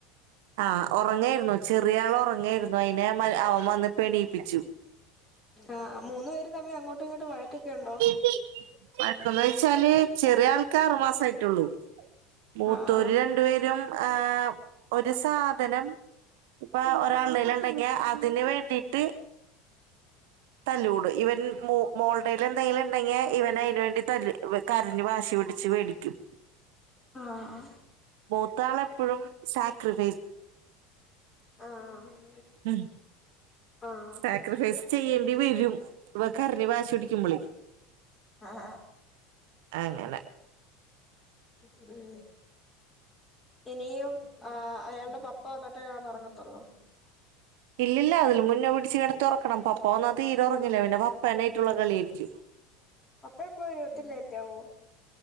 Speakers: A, on the right; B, on the left.
A: ആഹ്, ഒറങ്ങേരുന്നു ചെറിയ ആള് ഒറങ്ങേരുന്നു അയിനെ അമ്മാര് അവൻ വന്ന് ഇപ്പെണീപ്പിച്ചു.
B: ആഹ്, മൂന്ന് പേരും തമ്മിലങ്ങോട്ടുമിങ്ങോട്ടും വഴക്കൊക്കെ ഉണ്ടോ?
A: ആ പെട്ടെന്നൊയ്ച്ചാല് ചെറിയ ആൾക്ക്‌ ആറ് മാസായിട്ടൊള്ളൂ. മൂത്തോര്
B: ആഹ്
A: രണ്ടു പേരും ആ ഒരു സാധനം ഇപ്പ ഒരാളടേയിലെണ്ടെങ്കിയേ അതിന് വേണ്ടിട്ട്
B: അതില് വന്നേല്
A: തല്ലൂടും ഇവര് മോ മോൾടേല് എന്തെങ്കിലിണ്ടെങ്ക്യേ ഇവൻ അയിന് വേണ്ടി തല്ല് ഇവൻ കരഞ്ഞ് വാശി പിടിച്ച് വേടിക്കും
B: ആഹ്
A: മൂത്താളെപ്പഴും സാക്രിൽ
B: ആഹ്
A: ഉം
B: ആഹ്
A: സാക്രിഫൈസ് ചെയ്യേണ്ടി വെരും ഇവൻ കരഞ്ഞ് വാശി പിടി കുമ്പിളി
B: ആഹ്
A: അങ്ങന
B: ഉഉം ഇനിയും ആഹ് അയാള്ട പപ്പ വന്നിട്ടേ ടന്നറങ്ങത്തൊള്ളോ.
A: ഇല്ലില്ല അതില് മുന്നേ പിടിച്ച് കിടത്തിയൊറക്കണം പപ്പ വന്നാ തീരെ ഒറങ്ങില്ല പിന്നെ പപ്പേനേയിട്ടുള്ള കളി യായിരിക്കും.
B: പപ്പ ഇപ്പവരും ഒത്തിരി ലേറ്റാവോ.